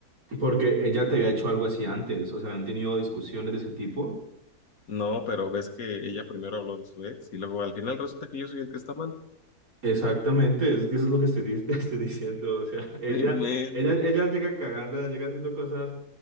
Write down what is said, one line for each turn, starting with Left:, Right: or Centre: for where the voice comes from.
Right: Porque ella te había hecho algo así antes, o sea, habían tenido discusiones de ese tipo.
Left: No, pero ves que ella primero habló de su ex y luego al final resulta que yo soy el que está mal.
Right: Exactamente, es que eso es lo que estoy, di- <laughs> te estoy diciendo, o sea, <laughs> ella,
Left: <laughs> No inventes,
Right: ella, ella llega cagando, llega haciendo cosas